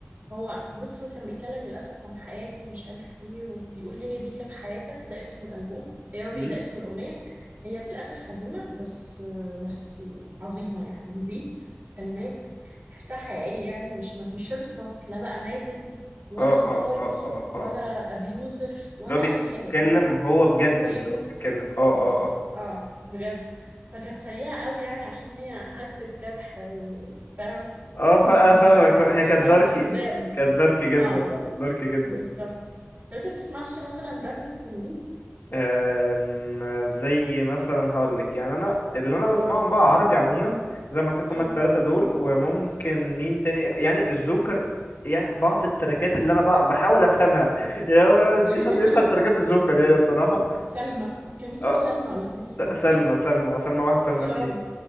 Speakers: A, on the right; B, on the left.
A: هو بص هو كان بيتكلم للأسف عن حياته ومش عارف ايه وبيقول هي دي كانت حياتك ده اسم الألبوم يا ربي
B: مم.
A: ده اسم الأغنية هي للأسف حزينة بس بس عظيمة يعني البيت الكلمات تحسها حقيقية يعني مش مش لابس ماسك لا بقى مازن ولا
B: اه
A: الطاي
B: اه اه اه
A: ولا
B: اه اه
A: أبي يوسف ولا
B: اللي هو بيتكلم
A: أي حاجة هو
B: هو بجد
A: هو يوسف
B: اللي هو بيتكلم اه
A: يوسف
B: اه اه
A: اه بجد فكانت سيئة قوي يعني عشان هي هتت جرح آه، فاهم
B: اه فا-
A: بالنسبة
B: آه، فاهمك هي
A: للفانز
B: كانت داركي
A: القدام
B: كانت داركي جدا
A: اه
B: اه داركي جدا
A: بالظبط لو انت بتسمعش مثلا رابرز تانيين
B: أم، زي مثلا هقولك يعني انا اللي انا بسمعهم بقى عربي عموما زي ما قلت لك
A: امم
B: هما التلاتة دول وممكن مين تاني يعني الجوكر يعني بعض التراكات اللي انا بقى بحاول افهمها <laughs> يعني أنا
A: <laughs>
B: مفيش حد بيفهم تراكات الجوكر يعني بصراحة
A: سلمى آه، كان اسمه
B: أه،
A: سلمى ولا كان اسمه ايه التراك
B: سلمى سلمى او سلمى واحد
A: صح
B: وسلمى
A: يا
B: اتنين
A: رب